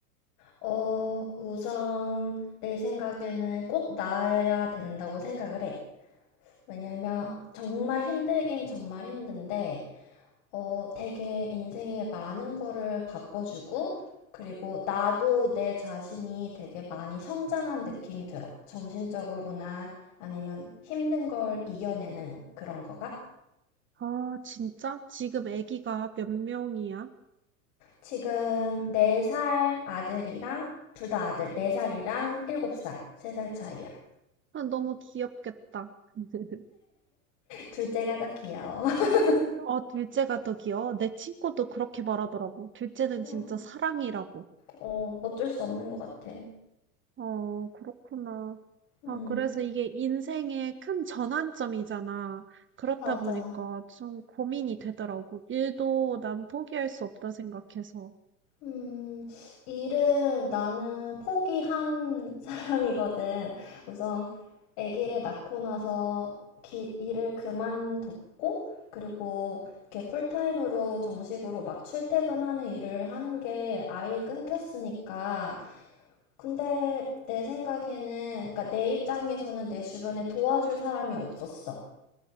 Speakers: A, on the left; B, on the right.
A: 어, 우선 내 생각에는 꼭 나아야 된다고 생각을 해. 왜냐면
B: 음.
A: 정말 힘들긴 정말 힘든데, 어, 되게 인생에 많은 거를 바꿔주고, 그리고 나도 내 자신이 되게 많이 성장한 느낌이 들어. 정신적으로나 아니면 힘든 걸 이겨내는 그런 거가.
B: 아, 진짜? 지금 아기가 몇 명이야?
A: 지금 4살 아들이랑, 둘 다 아들, 4살이랑 7살, 3살 차이야.
B: 아, 너무 귀엽겠다. <laughs>
A: 둘째가 더 귀여워. <laughs>
B: 어, 둘째가 더 귀여워. 내 친구도 그렇게 말하더라고. 둘째는
A: 음,
B: 진짜 사랑이라고.
A: 어, 어쩔 수 없는 것 같아.
B: 어, 그렇구나.
A: 음,
B: 아, 그래서 이게 인생의 큰 전환점이잖아. 그렇다
A: 맞아.
B: 보니까 좀 고민이 되더라고. 일도 난 포기할 수 없다 생각해서.
A: 음, 일은 나는 포기한 <laughs> 사람이거든. 우선 아기를 낳고 나서 기- 일을 그만뒀고, 그리고 이렇게 풀타임으로 정식으로 막 출퇴근하는 일을 하는 게 아예 끊겼으니까. 근데 내 생각에는, 그러니까 내 입장에서는 내 주변에 도와줄 사람이 없었어.